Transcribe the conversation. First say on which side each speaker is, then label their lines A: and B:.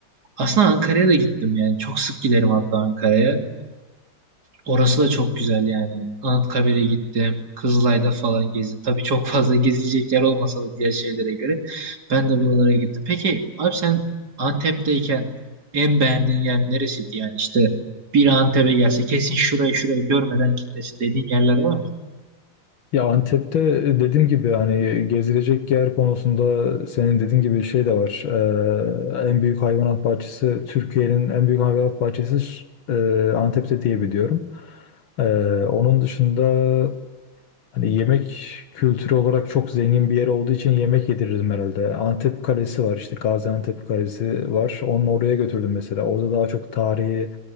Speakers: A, on the right (about 50°); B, on the left (about 70°).
A: Aslında Ankara'ya da gittim yani. Çok sık giderim hatta Ankara'ya. Orası da çok güzel yani. Anıtkabir'e gittim. Kızılay'da falan gezdim. Tabii çok fazla gezilecek yer olmasa da diğer şeylere göre. Ben de buralara gittim. Peki abi sen Antep'teyken en beğendiğin yer neresiydi yani? İşte bir Antep'e gelse kesin şurayı şurayı görmeden gitmesin dediğin yerler var mı?
B: Ya Antep'te e, dediğim gibi hani gezilecek yer konusunda senin dediğin gibi şey de var. Ee, en büyük hayvanat bahçesi Türkiye'nin en büyük hayvanat bahçesi e, Antep'te diye biliyorum. Ee, onun dışında Hani yemek kültürü olarak çok zengin bir yer olduğu için yemek yedirirdim herhalde. Antep Kalesi var işte Gaziantep Kalesi var. Onu oraya götürdüm mesela. Orada daha çok tarihi